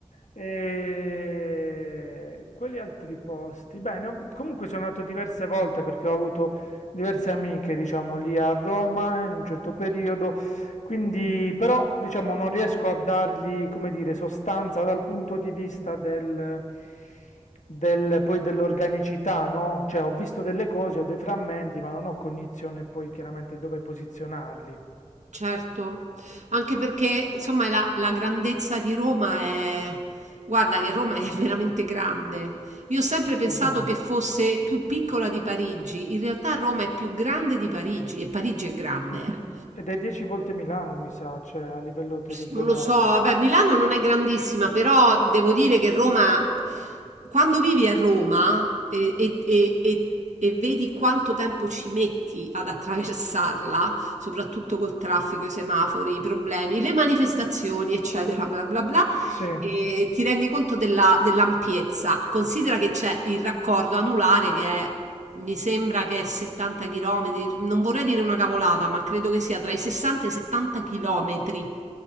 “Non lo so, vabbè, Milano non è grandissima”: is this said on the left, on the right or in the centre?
Right